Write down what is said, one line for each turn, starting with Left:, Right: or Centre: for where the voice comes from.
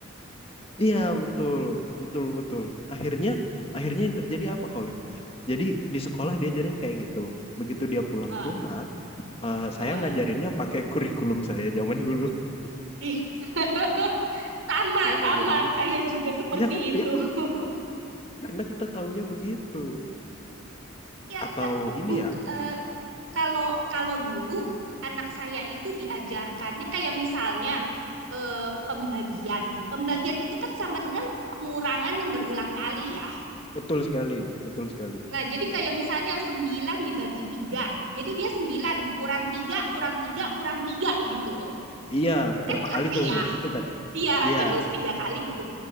Left: Iya betul, betul, betul. Akhirnya, akhirnya yang terjadi apa, Khalif? Jadi di sekolah diajarin kayak gitu. Begitu dia pulang
Right: Ah,
Left: ke rumah, eh,
Right: heeh.
Left: saya ngajarinnya pakai kurikulum saya zaman dulu. <laughs>
Right: Ih, <laughs> Sama,
Left: Saya ngajarinnya,
Right: sama. Saya juga seperti
Left: ya kan,
Right: itu.
Left: ya
Right: <laughs>
Left: kan, karena kita taunya begitu.
Right: Ya,
Left: Atau
Right: nggak,
Left: ini
Right: buk,
Left: ya,
Right: eh, kalau kalau dulu anak saya itu diajarkannya kayak misalnya eh, pembagian. Pembagian itu kan sama dengan pengurangan yang berulang kali ya.
Left: betul sekali, betul sekali.
Right: Nah, jadi kayak misalnya 9 dibagi tiga Jadi dia 9 kurang 3 kurang 3 kurang 3 gitu loh.
Left: Iya,
Right: Kan
Left: berapa
Right: capek
Left: kali tuh
Right: ya?
Left: ya gitu kan?
Right: Iya,
Left: Iya,
Right: kan mesti tiga kali gitu.